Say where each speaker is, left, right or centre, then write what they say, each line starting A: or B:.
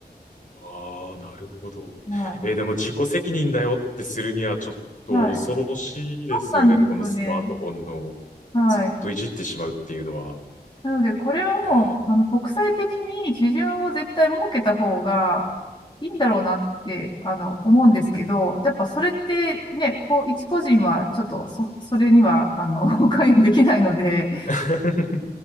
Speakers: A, on the left; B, on the left.
A: ああ、なるほど。
B: は
A: えーでも自己責任だよってするにはちょっと恐ろしいですよね。
B: い。はい。そうなんですよね。
A: このスマートフォンの
B: はい。
A: ずっといじってしまうっていうのは。
B: なので、これはもう、
A: えー
B: あの、国際的に基準を絶対設けた方がいいんだろうなって、あの、思うんですけど、やっぱそれってね、こう、一個人はちょっとそ、それには、あの、<laughs> 関与できないので、
A: <laughs>